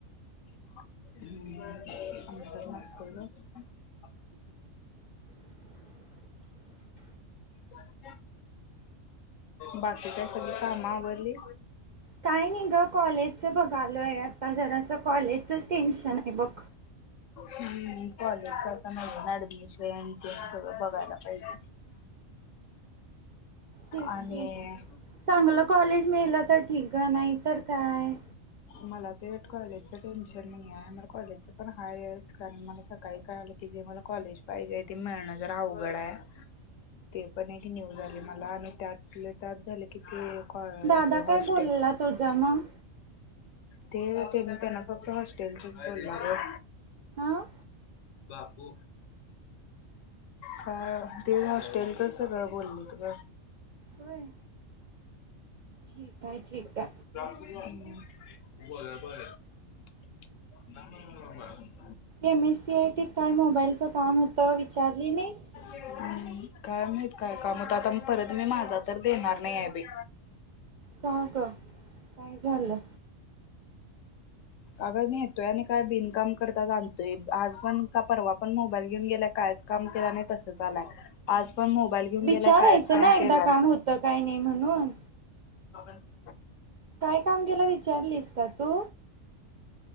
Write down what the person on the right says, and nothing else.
काय नाही ग कॉलेजचं बघालोय. आता जरास कॉलेजचंच टेन्शन हाय बघ.
तेच
की चांगलं कॉलेज मिळल तर ठीक ग नाही तर काय?
दादा काय
बोलला तुझा मग.
ह
होय ठीक आहे, ठीक आहे.
एमएससीआयटीत, काय मोबाईलचं काम होतं विचारली नाहीस.
का ग काय झालं.
विचारायचं
ना एकदा
काम होतं काय नाही म्हणून.
काय काम केलं विचारलीस का तू.